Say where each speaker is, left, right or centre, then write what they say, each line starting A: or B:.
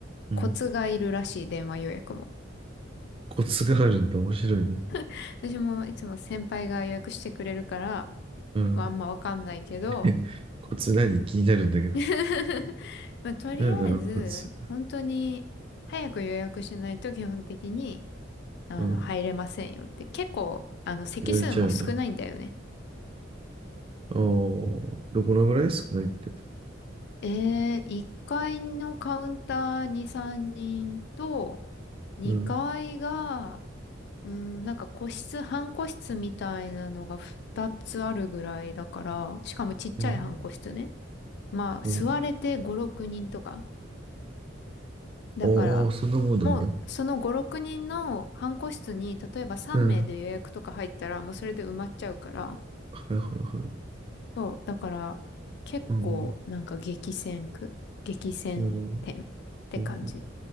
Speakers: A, on the right; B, on the left.
A: うん。
B: コツがいるらしい、電話予約も。
A: コツがあるんだ。面白いね。
B: <laughs> 私もいつも先輩が予約してくれるから、
A: うん。
B: まあんまわかんないけど、
A: <laughs> え、コツ何気になるんだけど。
B: <laughs> まあ、とりあえず、
A: なんだろう、コツ。
B: 本当に、早く予約しないと基本的に、あの、
A: うん。
B: 入れませんよって。結構、あの、席数も少ないんだよね。
A: 言われちゃうんだ。ああ、どこのぐらい少ないって。
B: えー、1階のカウンターに3人と、2階が、
A: うん。
B: うん、なんか個室、半個室みたいなのが2つあるぐらいだから、しかもちっちゃい半個室ね。
A: うん。
B: まあ、
A: うん。
B: 座れて5、6人とか。だから、
A: おー、そんなもんなんだ。
B: もう、その5、6人の半個室に、例えば3名で予約とか入ったら、
A: うん。
B: もうそれで埋まっちゃうから、
A: はいはいはい。
B: そう、だから、結構、
A: うん。
B: なんか激戦区、激戦店って感じ。
A: うん。うん